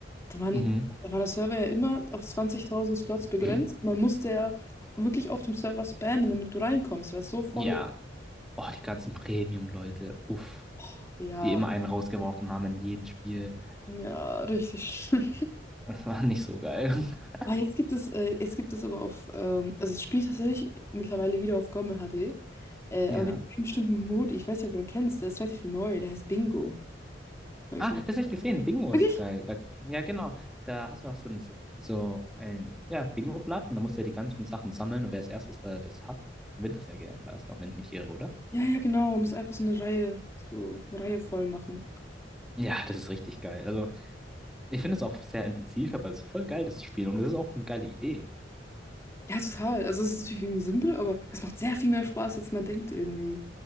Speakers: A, on the left; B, in the centre.
A: da waren,
B: Mhm.
A: da war der Server ja immer auf 20.000 Slots begrenzt.
B: <clears throat>
A: Man musste ja wirklich auf dem Server spammen, damit du reinkommst, weil es so voll
B: Ja.
A: war.
B: Oh, die ganzen Premium-Leute. Uff.
A: Och, ja,
B: Die immer einen rausgeworfen haben in jedem Spiel.
A: ja, richtig schlimm.
B: Das war nicht so geil. <laughs>
A: Ah, jetzt gibt es, äh, jetzt gibt es aber auf, ähm, also es spielt tatsächlich mittlerweile wieder auf GOMME HD, äh,
B: Ja.
A: aber wegen einem bestimmten Modi, ich weiß nicht, ob du ihn kennst, der ist relativ neu, der heißt Bingo bei
B: Ah,
A: GOMME.
B: das habe ich gesehen. Bingo
A: Wirklich?
B: ist geil. Da, ja, genau. Da hast du auch so ein, so ein ja, Bingo-Blatt und da musst du ja die ganzen Sachen sammeln und wer als erstes da das hat, gewinnt es ja, gell? War das doch, wenn ich mich nicht irre, oder?
A: Ja, ja, genau, man muss einfach so eine Reihe, so eine Reihe voll machen.
B: Ja, das ist richtig geil. Also, ich finde es auch sehr intensiv, aber es ist voll geil, das zu spielen und das ist auch eine geile Idee.
A: Ja, total. Also es ist natürlich irgendwie simpel, aber es macht sehr viel mehr Spaß, als man denkt irgendwie.